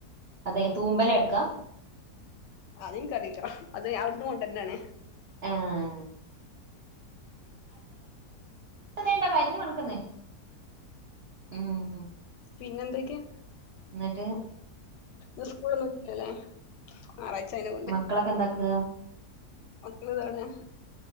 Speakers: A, on the right; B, on the left.
A: അതെ തൂമ്പല എടുക്കാ.
B: അത്ൻക്കറിയില്ലാ അത് അവിടുന്ന് കൊണ്ടര്നെണ്.
A: ആഹ് ണ്ടോ കരിഞ്ഞു മണക്കുന്നേ ഉം
B: പിന്നെന്തൊക്കെയാ
A: എന്നിട്ട്
B: ഇ സ്കൂൾ മുല്ലേ ആറഴ്ച്ചന്
A: മക്കളൊക്കെ എന്താക്കുക
B: മക്കൾ ഇത ഇവിടെ